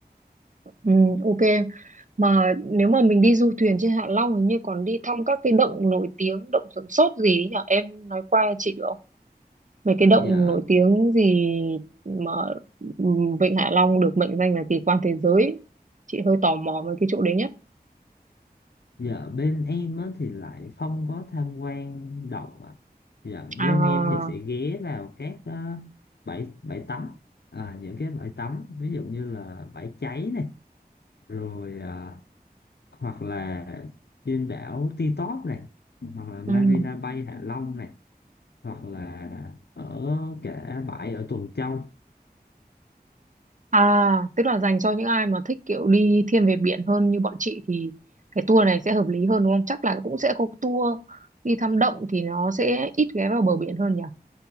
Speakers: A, on the right; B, on the left.
A: Ừ, ok mà nếu mà mình đi du thuyền trên Hạ Long hình như còn đi thăm các cái động nổi tiếng động Sửng Sốt gì ấy nhỉ em nói qua chị được không mấy cái động
B: dạ
A: nổi tiếng gì mà ừ, Vịnh Hạ Long được mệnh danh là kỳ quan thế giới ấy. chị hơi tò mò về cái chỗ đấy nhé
B: dạ bên em á, thì lại không có tham quan động ạ dạ bên
A: à
B: em thì sẽ ghé vào các ờ, bãi bãi tắm à, những cái bãi tắm ví dụ như là bãi cháy này rồi ờ, hoặc là trên đảo Ti Tóp này hoặc là Marina
A: ừ.
B: Bay Hạ Long này hoặc là ở cả bãi ở Tuần Châu
A: à tức là dành cho những ai mà thích kiểu đi thiên về biển hơn như bọn chị thì cái tour này sẽ hợp lý hơn đúng không chắc là cũng sẽ có tour đi thăm động thì nó sẽ ít ghé vào bờ biển hơn nhỉ